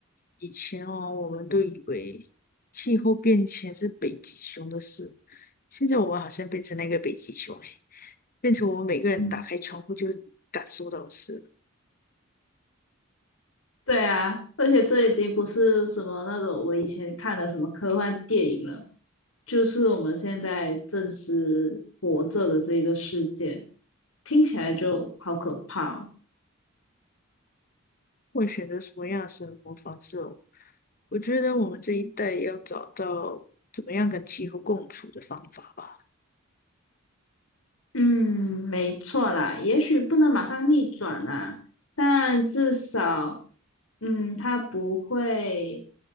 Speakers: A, on the left; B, on the left.
A: 以前哦，我们都以为气候变迁是北极熊的事，现在我们好像变成那个北极熊，哎，变成我们每个人打开窗户就感受到的事。
B: 嗯。对啊，而且这已经不是什么那种我以前看的什么科幻电影了，就是我们现在正是活着的这个世界，听起来就好可怕哦
A: 会选择什么样的生活方式哦？我觉得我们这一代要找到怎么样跟气候共处的方法吧。
B: 嗯，没错啦，也许不能马上逆转啦，但至少，嗯，它不会，